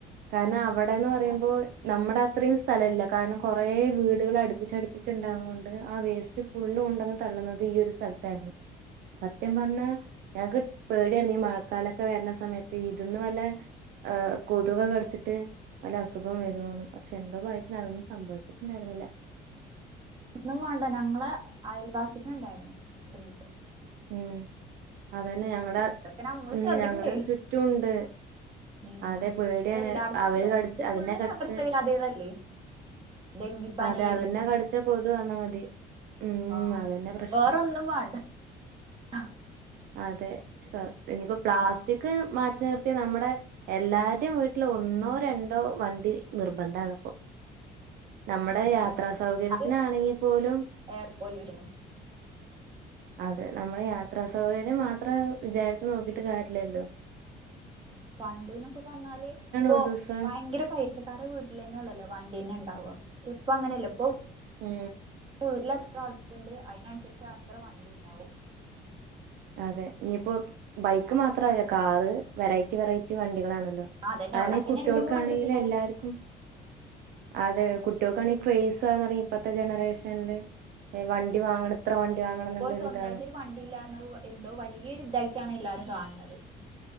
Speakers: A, on the right; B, on the right.
A: കാരണം ആ അവിടെന്ന്
B: അതാണ്
A: പറയുമ്പോ നമ്മടെ അത്രയും സ്ഥലയില്ല കാരണം കൊറേ വീടുകൾ അടുപ്പി അടുപ്പിച്ചടു പ്പിച്ചുണ്ടാവുന്നോണ്ട് ആ വേസ്റ്റ് ഫുള്ള് കൊണ്ടെന്ന് തള്ളുന്നത് ഈ ഒരു സ്ഥലത്തായിരുന്നു. സത്യം പറഞ്ഞ ഞങ്ങക്ക് പേടിയാണ് ഈ മഴക്കാലൊക്കെ വരണ സമയത്ത് ഇതിന്ന് വല്ല ഏ കൊതുക് കടിച്ചിട്ട് വല്ല അസുഖം വരോന്ന് പക്ഷെ എന്തോ ഭാഗ്യത്തിന് അതൊന്നും സംഭവിച്ചിട്ടുണ്ടായിരു ന്നില്ല
B: ന്ന വാണ്ട ഞങ്ങളെ അയൽവാസിക്കൊണ്ടായിരുന്നു ഇല്ലെങ്കിപ്പൊ
A: ഉം അത് തന്നെ ഞങ്ങടെ
B: ഇതൊക്കെ നമ്മള്
A: ഉം
B: ശ്രദ്ധിക്കണ്ടേ
A: ഞങ്ങടെ ചുറ്റും ഉണ്ട്
B: ഉം
A: അതെ പേടിയാണ്
B: ഇപ്പൊ എല്ലായിടത്തും
A: അവര്
B: ഉണ്ടല്ലോ
A: കടിച്ച
B: ഇപ്പൊ ഫുള്ള്
A: അതിനെ കടിച്ച
B: പകർച്ചവ്യാധികളല്ലേ ഡെങ്കിപ്പനി
A: അതെ
B: എലിപ്പനി
A: അവന്നെ കടിച്ച കൊതു വന്നാ മതി ഉം
B: ആ
A: അതന്നെ പ്രശ്നം
B: വേറൊന്നും വാണ്ട അ
A: അതെ സ്ത ഇനിപ്പോ പ്ലാസ്റ്റിക് മാറ്റി നിർത്തി നമ്മുടെ എല്ലാരെടം വീട്ടില് ഒന്നോ രണ്ടോ വണ്ടി നിർബന്ധാണ് ഇപ്പൊ നമ്മുടെ
B: ഉം
A: യാത്രാ സൗകര്യത്തിനാണെങ്കി
B: അത്
A: പോലും
B: എയർ പൊല്യൂഷൻ
A: അതെ നമ്മളെ യാത്രാ സൗകര്യം മാത്രം വിചാരിച്ചു നോക്കിട്ട് കാര്യല്ലല്ലോ
B: പണ്ട്ന്നൊക്കെ പറഞ്ഞാല് ഇപ്പൊ
A: ഒരു ദിവസം
B: ഭയങ്കര പൈസക്കാരെ വീട്ടിലെന്നള്ളല്ലോ വണ്ടിയെന്നെ ഉണ്ടാവ ചിപ്പങ്ങനല്ല ഇപ്പൊ
A: ഉം
B: വീട്ടില് എത്ര അള്കാരയിണ്ട് അയിനനുസരിച്ച് അത്ര വണ്ടി ഇണ്ടാവും
A: അതെയിപ്പൊ ബൈക്ക് മാത്രല്ല കാറ് വെറൈറ്റി വെറൈറ്റി വണ്ടികളാണ് ല
B: അതന്നെ
A: കാരണം
B: ഒരാക്കന്നെ
A: ഈ കുട്ടോൾക്കാണെങ്കിലൂം
B: രണ്ടും മൂന്ന് വണ്ടിയൊക്കെ ഉണ്ടാവും
A: എല്ലാർക്കും അതെ കുട്ടോൾക്കാണെ ക്രയ്സ്സാന്നറീം ഇപ്പത്തെ ജനറേഷന്ല് വണ്ടി വാങ്ങണം ഇത്ര വണ്ടി വാങ്ങണം
B: ഇപ്പൊ
A: എന്നുള്ളൊരു
B: സ്വന്തായിട്ടൊരു
A: ഇതാണ്
B: വണ്ടി ഇല്ലാഞ്ഞത് എന്തോ വല്യൊരു ഇതായിട്ടാണ് എല്ലാരും കാണണത്